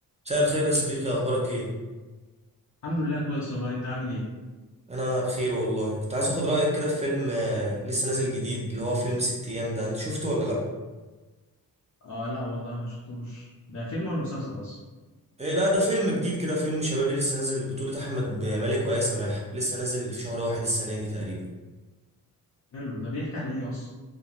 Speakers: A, on the right (about 20°); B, on the left (about 50°).
A: مساء الخير يا صديقي اخبارك ايه
B: الحمد لله كويس والله انت عامل ايه
A: انا بخير والله كنت عايز اخد رايك كده في فيلم آه، لسه نازل جديد اللي هو فيلم ست ايام ده انت شفته ولا لا
B: اه لا والله ما شفتوش ده فيلم ولا مسلسل اصلا
A: إيه لا ده فيلم جديد كده فيلم شبابي لسه نازل بطولة احمد مالك وآية سماح لسه نازل في شهر واحد السنه دي تقريبا
B: حلو ده بيحكي عن ايه اصلا